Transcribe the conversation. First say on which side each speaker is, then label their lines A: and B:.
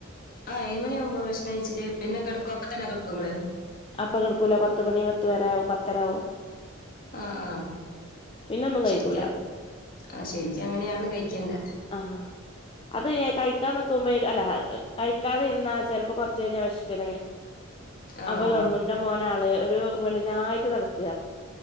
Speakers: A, on the left; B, on the left.
A: ആ ഏഴുമണി ആവുമ്പോ ഭഷ്ണ കഴിച്ചിട്ട് പിന്നെ കിടക്കോ അപ്പൊ തന്നെ കിടക്കോ ഇങ്ങള്
B: അപ്പ കിടക്കൂല പത്ത് മണി പത്ത് വരെയാകും പത്തരാവും
A: ആ ആ
B: പിന്നൊന്നും കഴിക്കൂല
A: ശരിക്കാ ആ ശരിക്കും അങ്ങനെയാണ് കഴിക്കേണ്ടത്
B: ആ അത് കഴിക്കാൻ നിക്കുമ്പോ അല്ല കഴിക്കാതിരുന്ന ചെലപ്പോ കുറച്ച് കഴിഞ്ഞ വിശക്കണ്
A: ആ ആ
B: അപ്പ തുടങ്ങും ന്റെ മോൻ <unintelligible> ഒരു വെളിനായിട്ട് നടക്ക